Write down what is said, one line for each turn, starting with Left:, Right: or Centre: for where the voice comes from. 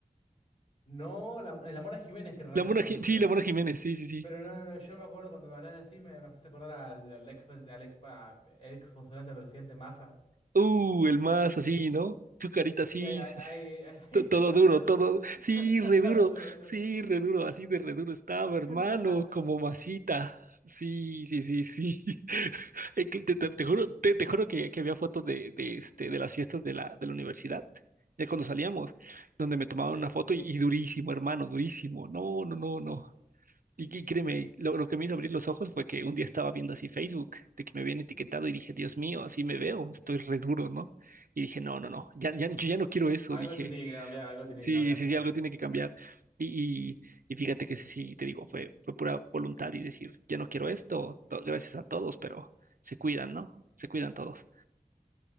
Left: No, la, la Mona Jiménez querrá
Right: La
Left: decir,
Right: Mona,
Left: creo,
Right: Ji- sí,
Left: pero,
Right: la Mona Jiménez, sí, sí, sí.
Left: pero no, no, yo me acuerdo cuando me hablas así, me, me haces acordar al, al ex, pres- al ex, pa- ex postulante a presidente Massa.
Right: Uh, el más así, ¿no? Su carita así,
Left: Sí, ahí, ahí,
Right: sí,
Left: ahí- <laughs> sí,
Right: to- todo
Left: está
Right: duro,
Left: re duro.
Right: todo,
Left: <laughs> Está,
Right: sí,
Left: está-
Right: re
Left: está
Right: duro,
Left: todo duro.
Right: sí, re duro, así de re duro estaba,
Left: <laughs>
Right: hermano, como masita. Sí, sí, sí, sí. <laughs> Eh, que Te, te- te juro, te, te juro que, que había fotos de, de, este, de las fiestas de la, de la universidad, ya cuando salíamos, donde me tomaban
Left: Sí,
Right: una foto y, y durísimo, hermano, durísimo. No, no, no, no. Y, y créeme, lo, lo que me hizo abrir los ojos fue que un día estaba viendo así Facebook, de que me habían etiquetado y dije, Dios mío, así me veo, estoy re duro, ¿no? Y dije, no, no, no, ya, ya, yo ya no quiero eso,
Left: algo
Right: dije,
Left: tiene que cambiar, algo tiene
Right: sí,
Left: que cambiar,
Right: sí,
Left: claro.
Right: sí, algo tiene que cambiar. Y, y, y fíjate que sí, sí, te digo, fue, fue pura voluntad y decir, ya no quiero esto, to- gracias a todos, pero se cuidan, ¿no? Se cuidan todos.